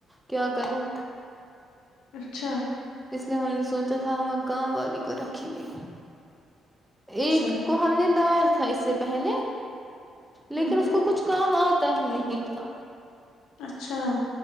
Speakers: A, in the centre; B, on the left.
A: کیا کروں
B: اچھا
A: اس لیے ہم نے سوچا تھا ہم اب کام والی کو رکھیں گے ایک
B: چلو
A: کو ہم نے لایا تھا تھا اس سے پہلے لیکن
B: ہوں ہوں
A: اس کو کچھ کام آتا آتا ہی نہیں تھا
B: اچھا